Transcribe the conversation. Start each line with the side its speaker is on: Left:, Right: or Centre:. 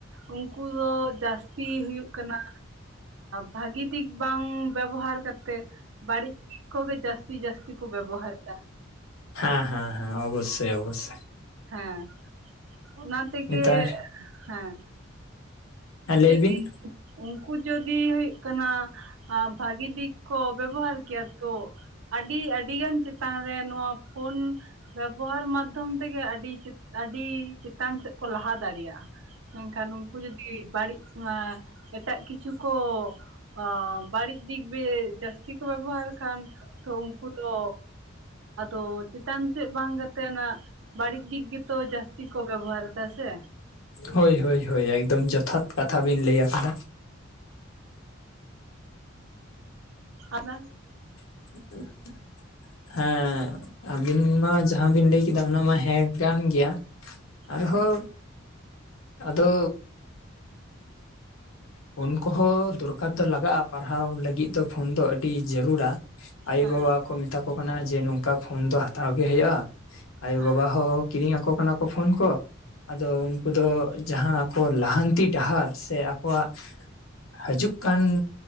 Right: ᱩᱱᱠᱩ ᱫᱚ ᱡᱟᱹᱥᱛᱤ ᱛᱤ ᱦᱩᱭᱩᱜ ᱠᱟᱱᱟ ᱵᱷᱟᱹᱜᱤ ᱫᱤᱠ ᱵᱟᱝ ᱵᱮᱵᱚᱦᱟᱨ ᱠᱟᱛᱮ ᱵᱟᱹᱲᱤᱡ ᱫᱤᱠ ᱠᱚᱜᱮ ᱡᱟᱹᱥᱛᱤ ᱡᱟᱹᱥᱛᱤ ᱡᱟᱹᱥᱛᱤ ᱠᱚ ᱵᱮᱵᱚᱦᱟᱨ ᱮᱫᱟ᱾
Left: ᱦᱮᱸ ᱦᱮᱸ ᱦᱮᱸ ᱚᱵᱚᱥᱥᱳᱭ ᱚᱵᱚᱥᱥᱳᱭ
Right: ᱦᱮᱸ ᱚᱱᱟ ᱛᱮᱜᱮ
Left: ᱱᱮᱛᱟᱨ
Right: ᱦᱮᱸ,
Left: ᱦᱮᱸ, ᱞᱟᱹᱭ
Right: ᱪᱮᱫ
Left: ᱵᱤᱱ?
Right: ᱩᱱᱠᱩ ᱡᱚᱫᱤ ᱦᱩᱭᱩᱜ ᱠᱟᱱᱟ ᱵᱷᱟᱹᱜᱤ ᱫᱤᱠ ᱠᱚ ᱵᱮᱵᱚᱦᱟᱨ ᱠᱮᱭᱟ ᱛᱚ᱾ ᱟᱹᱰᱤ ᱟᱹᱰᱤᱜᱟᱱ ᱪᱮᱛᱟᱱ ᱨᱮ ᱱᱚᱣᱟ ᱯᱷᱳᱱ᱾ ᱵᱮᱵᱚᱦᱟᱨ ᱢᱟᱫᱽᱫᱷᱚᱢ ᱛᱮᱜᱮ ᱟᱹᱰᱤ ᱟᱹᱰᱤ ᱪᱮᱛᱟᱱ ᱥᱮᱫ ᱠᱚ ᱞᱟᱦᱟ ᱫᱟᱲᱮᱭᱟᱜᱼᱟ᱾ ᱢᱮᱱᱠᱷᱟᱱ ᱩᱱᱠᱩ ᱡᱩᱫᱤ ᱵᱟᱹᱲᱤᱡ ᱮᱴᱟᱜ ᱠᱤᱪᱷᱩ ᱠᱚ᱾ ᱚ ᱵᱟᱹᱲᱤᱡ ᱫᱤᱠ ᱨᱮ ᱡᱟᱹᱥᱛᱤ ᱠᱚ ᱵᱮᱵᱚᱦᱟᱨ᱾ ᱠᱟᱱ ᱛᱚ ᱩᱱᱠᱩ ᱫᱚ᱾ ᱟᱫᱚ ᱪᱮᱛᱟᱱ ᱥᱮᱫ ᱵᱟᱝ ᱠᱟᱛᱮᱜ ᱚᱱᱟ ᱵᱟᱟᱹᱲᱤᱡ ᱫᱤᱠ ᱜᱮᱛᱚ ᱡᱟᱹᱥᱛᱤ ᱠᱚ ᱵᱮᱵᱚᱦᱟᱨ ᱮᱫᱟ᱾ ᱥᱮ
Left: ᱦᱳᱭ ᱦᱳᱭ ᱦᱳᱭ ᱮᱠᱫᱚᱢ ᱡᱚᱛᱷᱟᱛ ᱠᱟᱛᱷᱟ ᱵᱤᱱ ᱞᱟᱹᱭ ᱟᱠᱟᱫᱟ᱾
Right: ᱟᱫᱚ
Left: <unintelligible> ᱦᱮᱸ᱾ ᱟᱹᱵᱤᱱ ᱢᱟ ᱡᱟᱦᱟᱸ ᱵᱤᱱ ᱞᱟᱹᱭ ᱠᱮᱫᱟ ᱚᱱᱟ ᱢᱟ ᱦᱮᱸ ᱠᱟᱱ ᱜᱮᱭᱟ᱾ ᱟᱨᱦᱚᱸ
Right: ᱦᱮᱸ
Left: ᱟᱫᱚ ᱯᱷᱳᱱ ᱠᱚᱦᱚᱸ ᱫᱚᱨᱠᱟᱨ ᱫᱚ ᱞᱟᱜᱟᱜᱼᱟ᱾ ᱯᱟᱲᱦᱟᱣ ᱞᱟᱹᱜᱤᱫ ᱫᱚ ᱯᱷᱳᱱ ᱫᱚ ᱟᱹᱰᱤ ᱡᱟᱹᱨᱩᱲᱟ᱾ ᱟᱭᱳ
Right: ᱦᱮᱸ
Left: ᱵᱟᱵᱟ ᱠᱚ ᱢᱮᱛᱟ ᱠᱚ ᱠᱟᱱᱟ ᱡᱮ, ᱱᱚᱝᱠᱟ ᱯᱷᱳᱱ ᱫᱚ ᱦᱟᱛᱟᱣ ᱜᱮ ᱦᱩᱭᱩᱜ-ᱟ ᱟᱭᱳ
Right: ᱦᱮᱸ
Left: ᱵᱟᱵᱟ ᱦᱚᱸ ᱠᱤᱨᱤᱧ ᱟᱠᱚ ᱠᱟᱱᱟ ᱠᱚ ᱯᱷᱳᱱ ᱠᱚ᱾ ᱟᱫᱚ ᱩᱱᱠᱩ ᱫᱚ ᱡᱟᱦᱟᱸ ᱠᱚ ᱞᱟᱦᱟᱱᱛᱤ ᱰᱟᱦᱟᱨ ᱥᱮ ᱟᱠᱚᱣ-ᱟᱜ᱾ ᱦᱟᱡᱩᱜ ᱠᱟᱱ